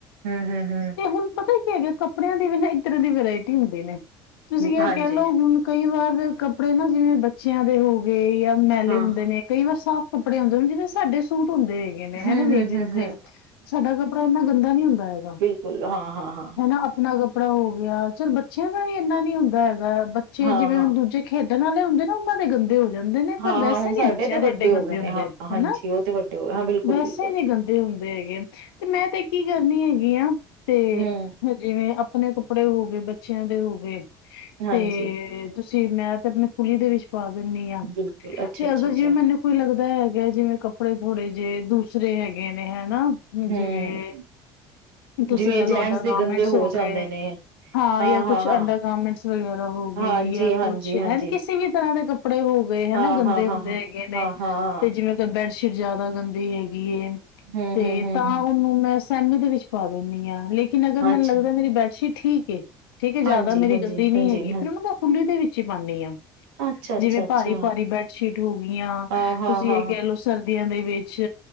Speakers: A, on the right; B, on the left.
A: ਹੂੰ-ਹੂੰ-ਹੂੰ,
B: ਤੇ, ਹੁਣ ਪਤਾ ਹੀ, ਕੀ ਹੈਗਾ ਕੱ ਕੱਪੜਿਆਂ ਦੀ ਵੀ ਨਾ, ਇੱਕ ਤਰ੍ਹਾਂ ਦੀ ਵਰਾਇਟੀ ਹੁੰਦੀ ਨੇ‌ ਤੁਸੀਂ ਇਹ,
A: ਹਾਂਜੀ
B: ਕਹਿ ਲਓ ਹੁਣ ਕਈ ਵਾਰ ਕੱਪੜੇ ਨਾ ਜਿਵੇਂ ਬੱਚਿਆਂ ਦੇ, ਹੋ ਯਾ ਮੈਲੇ
A: ਹਾਂ,
B: ਹੁੰਦੇ ਨੇ, ਕਈ ਵਾਰ ਸਾਬ ਕੱਪੜੇ ਹੁੰਦੇ ਨੀ ਜਿਵੇ ਸਾਡੇ ਸੂਟ ਹੁੰਦੇ ਹੈਗੇ ਨੇ ਹੈਨਾ
A: ਹੂੰ-ਹੂੰ-ਹੂੰ-ਹੂੰ।
B: ਲੇਜਿਸ ਦੇ, ਸਾਡਾ ਕੱਪੜਾ ਇੰਨਾ ਗੰਦਾ ਨੀ ਹੁੰਦਾ ਹੈਗਾ।
A: ਕੁਲ ਹਾਂ-ਹਾਂ-ਹਾਂ
B: ਹਨਾ ਆਪਣਾ ਕੱਪੜਾ ਹੋ ਗੇਆ, ਚੱਲ ਬੱਚਿਆਂ ਦਾ ਵੀ ਏਂਨਾ ਨੀ ਹੁੰਦਾ ਹੈਗਾ ਬੱਚੇ
A: ਹਾਂ-ਹਾਂ।
B: ਜਿਵੇਂ ਹੁਣ ਦੂਜੇ ਖੇਡ <unintelligible> ਹੁੰਦੇ ਨਾ ਉਨਾਂ ਦੇ ਗੰਦੇ ਹੋ ਜਾਂਦੇ ਨੇ ਪਰ
A: ਹਾਂ-ਹਾਂ
B: ਵੈਸੇ
A: ਹੁਣ ਸਾਡੇ
B: ਨੀ ਬੱਚਿਆਂ
A: ਤੇ
B: ਦੇ
A: ਵੱਡੇ
B: ਏਡੇ ਗੰਦੇ
A: ਹੋ ਗਏ ਨੇ
B: ਹੁੰਦੇ
A: ਹਾਂ ਹਾਂਜੀ
B: ਹਨਾ,
A: ਉਹ ਤੇ ਵੱਡੇ ਹੋ ਗਏ ਹਾਂ ਬਿਲਕੁਲ-ਬਿਲਕੁਲ।
B: ਵੈਸੇ ਨੀ ਗੰਦੇ ਹੁੰਦੇ ਹੈਗੇ। ਤੇ ਮੈਂ ਤੇ ਕੀ ਕਰਨੀ ਹੈਗੀ ਆਂ ਤੇ
A: ਹੂੰ,
B: ਜਿਵੇਂ ਅਪ ਅਪਣੇ ਕੱਪੜੇ ਹੋ ਗਏ, ਬੱਚਿਆਂ ਦੇ ਹੋ ਗਏ।
A: ਹਾਂਜੀ
B: ਤੇ ਜੀ ਮੈਂ ਤੇ ਅਪਣੇ ਕੁਲੀ ਦੇ ਵਿੱਚ ਪਾ ਦਿਨੀ ਆਂ,
A: ਬਿਲਕੁਲ ਅੱਛਾ-ਅੱਛਾ-ਅੱਛਾ
B: ਤੇ ਅਗਰ ਜਿਵੇਂ ਮੇਨੂੰ ਕੋਈ ਲੱਗ ਹੈਗਾ ਜਿਵੇਂ ਕੱਪੜੇ ਥੋੜ੍ਹੇ ਜੇ, ਦੂਸਰੇ ਹੈਗੇ ਨੇ ਹੈ ਨਾ
A: ਹੂੰ।
B: ਜਿਵੇਂ ਤੁਸੀਂ
A: ਜਿਵੇਂ
B: ਕੈ ਲਓ
A: ਜੈਂਟਸ
B: ਅੰਡਰ
A: ਦੇ
B: ਗਾਰਮੈਂਟਸ
A: ਗੰਦੇ
B: ਹੋ
A: ਜਾਂਦੇ
B: ਗਏ,
A: ਨੇ
B: ਹਾਂ
A: ਹਾਂ-ਹਾਂ-ਹਾਂ,
B: ਯਾ ਕੁਛ ਅੰਡਰ ਗਾਰਮੈਂਟਸ ਵਗੈਰਾ ਹੋ ਗਏ
A: ਹਾਂਜੀ-ਹਾਂਜੀ-ਹਾਂਜੀ।
B: ਯਾ ਕੁਛ ਹੈਨੀ ਕਿਸੇ ਵੀ ਤਰ੍ਹਾਂ ਦੇ ਕੱਪੜੇ ਹੋ ਗਏ ਹਨਾ
A: ਹਾਂ,
B: ਗੰਦੇ
A: ਹਾਂ,
B: ਹੁੰਦੇ
A: ਹਾਂ, ਹਾਂ,
B: ਹੈਗੇ ਨੇ,
A: ਹਾਂ, ਹਾਂ।
B: ਤੇ ਜਿਵੇਂ ਕ ਬੈਡਸ਼ੀਟ ਜਆਦਾ ਗੰਦੀ ਹੈ
A: ਹੂੰ,
B: ਤੇ
A: ਹੂੰ, ਹੂੰ,
B: ਤਾਂ
A: ਹੂੰ
B: ਉਹਨੂੰ ਮੈਂ ਸੈਮੀ ਦੇ ਵਿੱਚ ਪਾ ਦਿੰਨੀ ਆਂ। ਲੇਕਿਨ ਅਗਰ ਮੇਨੂੰ
A: ਅੱਛਾ
B: ਲੱਗਦਾ ਮੇਰੀ ਬੈਡਸ਼ੀਟ ਠੀਕ ਏ। ਠੀਕ ਹੈ ਜਾਅਦਾ
A: ਹਾਂਜੀ,
B: ਮੇਰੀ
A: ਹਾਂਜੀ,
B: ਗੰਦੀ ਨੀ
A: ਹਾਂਜੀ
B: ਹੈਗੀ
A: ਹਾਂ।
B: ਫਿਰ ਉਨੂੰ ਮੈਂ ਫੂਲੀ ਦੇ ਵਿੱਚ ਈ ਪਾਨੀ ਆ,
A: ਅੱਛਾ, ਅੱਛਾ,
B: ਜਿਵੇਂ
A: ਅੱਛਾ
B: ਭਾਰੀ-ਭਾਰੀ ਬੈਡਸ਼ੀਟ ਹੋ ਗਈਆਂ,
A: ਹਾਂ, ਹਾਂ,
B: ਤੁਸੀਂ
A: ਹਾਂ।
B: ਏ ਕੈ
A: ਹਾਂ,
B: ਲਓ ਸਰ <unintelligible> ਵਿੱਚ